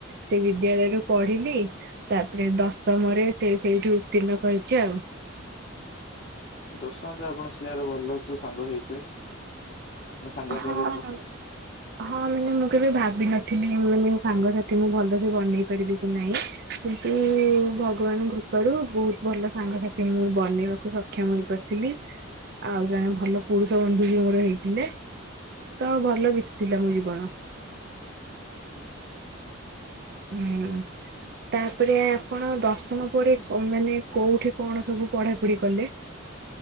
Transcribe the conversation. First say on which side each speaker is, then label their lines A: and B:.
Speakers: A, on the right; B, on the left.
A: ସେ ବିଦ୍ୟାଳୟରୁୁ ପଢିଲି। ତାପରେ ଦଶମରେ ସେ ସେଇଠୁ ଉତ୍ତୀର୍ଣ୍ଣ କରିଛି ଆଉ।
B: ଦଶମ ରେ ତ ଆପଣ ସେ ଯା <unintelligible> ହୋଲଡର ସହ ସାଙ୍ଗ ହେଇଥିବେ? ନା ସାଙ୍ଗ ଆପଣ
A: ହଁ।
B: କିଏ ଭଲ
A: ହଁ। ମାନେ ମୁଁ କେବେ ଭାବିିନଥିଲି ମାନେ ସାଙ୍ଗସାଥି ମୁଁ ଭଲସେ ବନେଇି ପାରିବିକି ନାଇଁ, କିନ୍ତୁ ଭଗବାନ କୃପାରୁ ବୋହୁତ ଭଲ ସାଙ୍ଗସାଥି ମୁଁ ବନେଇବାକୁ ସକ୍ଷମ ହେଇପାରିଥିଲି। ଆଉ ଜଣେ ଭଲ ପୁରୁଷ ବନ୍ଧୁ ବି ମୋର ହେଇଥିଲେ। ତ ଭଲ ବିତିଥିଲା ମୋ ଜୀବନ।
B: ହୁଁ।
A: ହୁଁ। ତାପରେ ଆପଣ ଦଶମ ପରେ ମାନେ କୋଉଠି କଣ ସବୁ ପଢାପଢି କଲେ?